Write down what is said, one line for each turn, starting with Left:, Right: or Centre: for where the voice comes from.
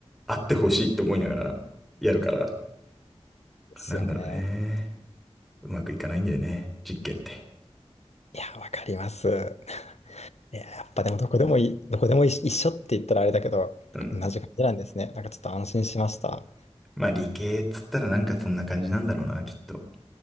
Centre: あってほしいと思いながらやるから、
Left: すよね。
Centre: なんだろうね。うまくいかないんだよね。実験って。
Left: いや、わかります。いや、やっぱでもどこでもいい、どこでもい一緒って言ったらあれだけど、
Centre: うん。
Left: 同じ感じなんですね。なんかちょっと安心しました。
Centre: まあ理系っつったらなんかそんな感じなんだろうな、きっと。